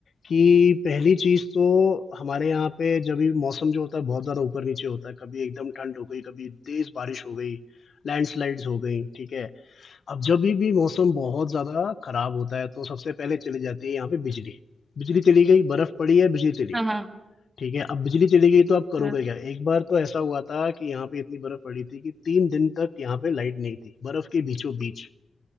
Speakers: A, on the left; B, on the right.
A: कि पहली चीज़ तो हमारे यहाँ पे जब भी मौसम जो होता है बहुत ज़्यादा ऊपर-नीचे होता है, कभी एकदम ठंड हो गई, कभी तेज़ बारिश हो गई, लैंडस्लाइड्स हो गई, ठीक है? अब जभी भी भी मौसम बहुत ज़्यादा खराब होता है तो सबसे पहले चली जाती है यहाँ पे बिजली। बिजली चली गई, बर्फ़ पड़ी है, बिजली चली
B: हाँ
A: गई।
B: हाँ
A: ठीक है, अब बिजली चली गई तो आप करोगे
B: हम्म
A: क्या? एक बार तो ऐसा हुआ था कि यहाँ पे इतनी बर्फ पड़ी थी कि 3 दिन तक यहाँ पे लाइट नहीं थी, बर्फ के बीचों-बीच।